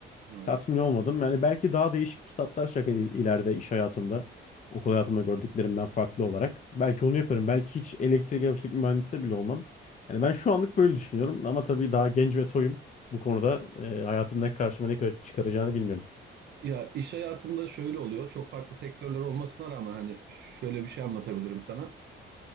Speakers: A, on the right (about 60°); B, on the left (about 40°).
A: Anladım.
B: tatmin olmadım. Yani belki daha değişik fırsatlar şaka ileride iş hayatımda, okul hayatımda gördüklerimden farklı olarak. Belki onu yaparım. Belki hiç elektrik elektrik mühendisi bile olmam. Yani ben şu anlık böyle düşünüyorum ama tabii daha genç ve toyum. Bu konuda e, hayatın ne karşıma ne kadar çıkaracağını bilmiyorum.
A: Ya iş hayatında şöyle oluyor. Çok farklı sektörler olmasına rağmen hani şöyle bir şey anlatabilirim sana.